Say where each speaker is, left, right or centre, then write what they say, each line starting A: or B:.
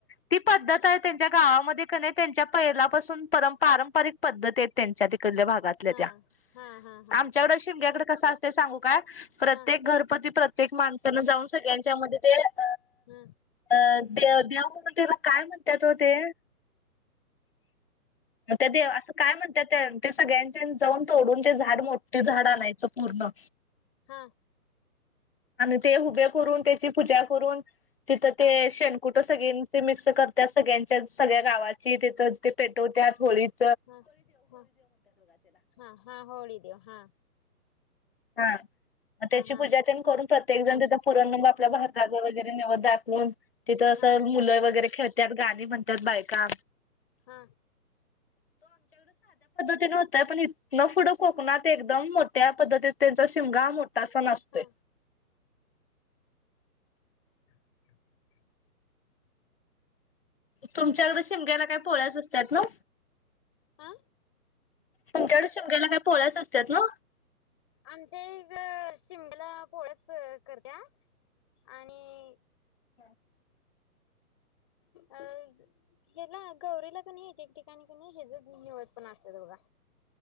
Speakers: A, on the left; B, on the left.
A: ती पद्धत आहे त्यांच्या गावामध्ये का नाही त्यांच्या पहिलापासून पारंपरिक पद्धत आहेत, त्यांच्या कडल्या भागातल्या
B: हा
A: त्या
B: हा हा हा
A: आमच्याकडं शिमग्याकडं कस असते सांगू काय? प्रत्येक
B: हा
A: घरपती प्रत्येक माणसान जाऊन सगळ्यांच्या मध्ये ते अ
B: हा
A: अ दे देव तेला काय म्हणतात हो ते. त्या देव असं काय म्हणतात त्या ते सगळ्यांच्या जाऊन तोडून ते झाड मोठी झाड आणायचं पूर्ण
B: हा.
A: आणि ते हुभे करून त्याची पूजा करून तिथं ते
B: हा
A: शेनकुट--मी सगळ्यांचे मिक्स करत सगळ्यांच्या सगळ्या गावाची तेथ ते पेटवत्यात होळीत.
B: हा हा हा हा हो देेव हा.
A: हा त्याची
B: हा
A: पूजा तेन करून प्रत्येक जण तिथं पुरण आपल्या भाताच वगैरे नैवैद्य दाखवून तिथं असं
B: हा
A: मुलं वगैरे खेळतात गाणी म्हणतात बायका
B: हा
A: त पण न पूढ कोकनात एकदम मोठ्या पद्धत त्यांचा शिमगा मोठा सन असतोय
B: हा अ <unintelligible>
A: तुमच्याकड शिमग्याला काय पोळ्याच असतात ना
B: हा
A: तुमच्या्कड शिमगयला काय पोळ्या च असतात ना
B: आमच्या इकडं शिमग्याला पोळ्याच करत्या आणि
A: हम
B: अ ह्याला गौरीला कनी हे एक ठिकाणी कनी हेच निवद पण असत बोघा